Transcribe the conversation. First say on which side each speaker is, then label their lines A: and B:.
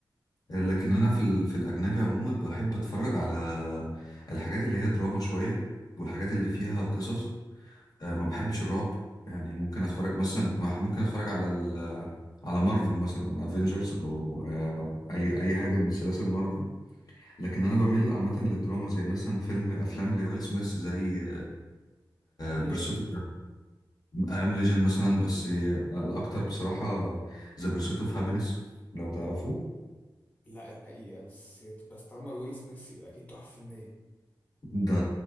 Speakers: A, on the left; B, on the left.
A: آه، لكن أنا في ال... في الأجنبي عموما بحب أتفرج على الحاجات اللي هي دراما شوية والحاجات اللي فيها قصص آه، ما بحبش الرعب يعني ممكن أتفرج مثلا ممكن أتفرج على ال... على مارفل مثلا افنجرز او آه، اي اي حاجه من سلاسل مارفل لكن انا بميل عامه للدراما زي مثلا فيلم افلام لويل سميث زي
B: أم ليجند
A: بيرسوت I am Legend مثلا بس الأكتر بصراحة The Pursuit of Happiness لو تعرفوه
B: لا الحقيقة بس بس طالما ويل سميث يبقى أكيد تحفة فنية
A: ده